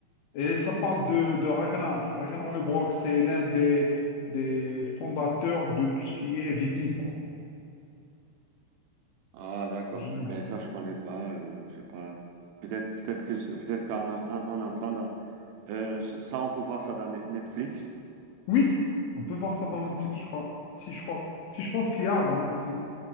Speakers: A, on the left; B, on the right.
A: Et ça parle de, de Ragnar. Ragnar Lodbrok, c'est l'un des, des fondateurs de tout ce qui est viking, quoi.
B: Ah d'accord.
A: en général.
B: Ben ça, je connais pas. euh, je sais pas. Peut-être, peut-être que, peut-être qu'en en, en entendant, euh, ça, on peut voir ça dans Net- Netflix.
A: Oui, on peut voir ça dans Netflix,
B: Ah d'accord,
A: je crois. Si je crois, si je pense qu'il y a dans Netflix.